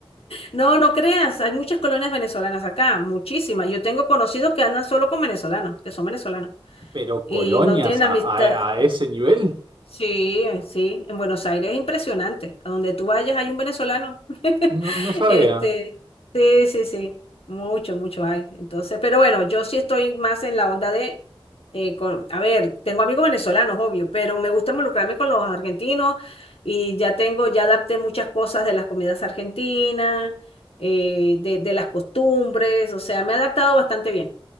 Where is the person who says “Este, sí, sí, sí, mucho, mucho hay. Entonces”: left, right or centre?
Left